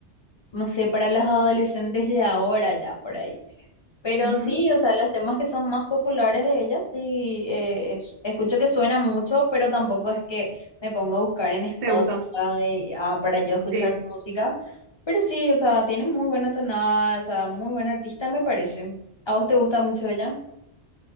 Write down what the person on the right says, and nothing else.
Ujú,
¿Te gusta?
Sí.